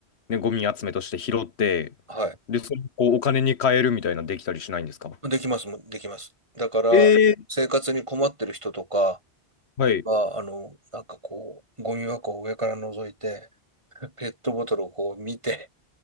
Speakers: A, on the left; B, on the right.
A: う、ね、ゴミ集めとして拾って、
B: はい。
A: で、それをこうお金に換えるみたいなできたりしないんですか
B: できますもん、できます。だから、
A: ええ
B: 生活に困ってる人とか
A: はい、
B: は、あの、なんかこう、ゴミ箱を上から覗いて、ペットボトルをこう見て、